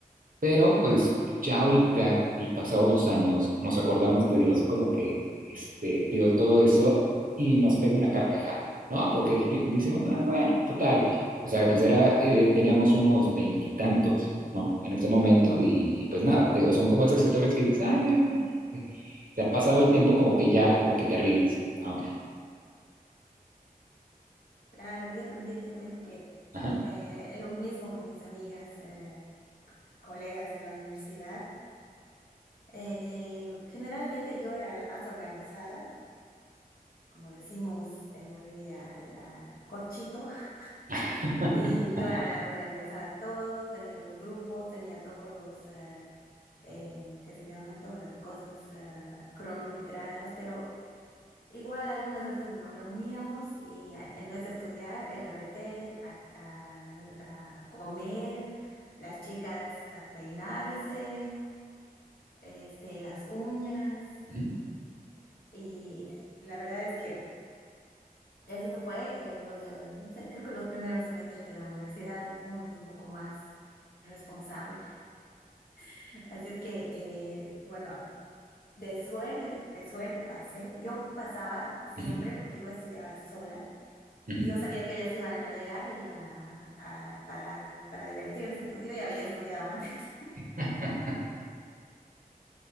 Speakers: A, on the right (about 65°); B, on the left (about 75°).
A: Pero pues ya ahorita y pasados los años nos acordamos, te digo, así como que, este, te digo, todo eso y nos pega una carcajada, ¿no? Porque decimos, ah, bueno, total. O sea, pues era, eh, teníamos unos veintitantos, ¿no? En ese momento y pues nada, te digo, son como esas historias que dices, ay, mira, este, se ha pasado el tiempo como que ya, como que te ríes, ¿no?
B: Claro, yo también te cuento que
A: Ajá.
B: eh, lo mismo con mis amigas, eh, colegas de la universidad. Eh, generalmente yo era la más organizada, como decimos en Bolivia, la corchito,
A: <laughs>
B: <laughs> y yo era la que organizaba todo, tenía los grupos, tenía todos los, eh, eh, ¿qué se llama? Todas las cosas eh, cronometradas, pero Igual algunas veces nos reuníamos y a- en vez de estudiar era ver tele, a, a- a comer, las chicas a peinarse, este, las uñas
A: Ujú,
B: y la verdad es que eso fue eh, lo de, no sé, creo que los primeros semestres de la universidad, uno es un poco más responsable. <laughs> Así es que, eh, bueno, de suerte, de suerte pasé. Yo pasaba siempre
A: ujú,
B: porque yo estudiaba sola.
A: ujú.
B: Y yo sabía que ellas iban a llegar y iban a, a- para, para divertirse. Entonces yo ya había estudiado antes.
A: <laughs>